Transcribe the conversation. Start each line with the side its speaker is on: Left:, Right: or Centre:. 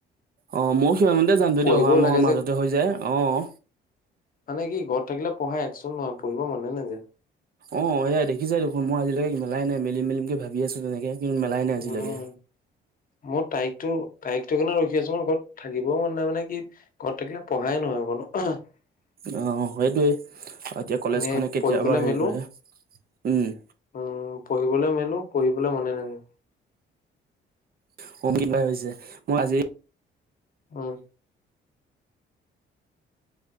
Right: অ ময়ো সিমান মতে যাম যদি
Left: পঢ়িবও
Right: অহা মাহৰ
Left: লাগে
Right: মাজতে
Left: যে
Right: হৈ যায়, অঁ।
Left: মানে কি ঘৰত থাকিলে পঢ়াই একচোট নহয় পঢ়িব মনে নেযায়।
Right: অ এয়া দেখিছাই দেখোন মই আজিলৈকে মেলাই নাই মিলিম মেলিমকে ভাবি আছো তেনেকে, মেলাই নাই আজিলৈকে।
Left: উম, মোৰ তাৰিখতটো তাৰিখটোকাৰণে ৰখি আছো মই ঘৰত থাকিবও মন নাই মানে কি ঘৰত থাকিলে পঢ়াই নহয়। <unintelligible> আহ <unintelligible>
Right: অ সেইটোৱে। এতিয়া কলেজ
Left: এনে
Right: খনে কেতিয়াবা
Left: পঢ়িবলৈ
Right: হেৰি
Left: মেলো
Right: কৰে, উম।
Left: উম, পঢ়িবলৈ মেলো পঢ়িবলৈ মনে নাযায়।
Right: <unintelligible> হৈছে মই আজি,
Left: উম।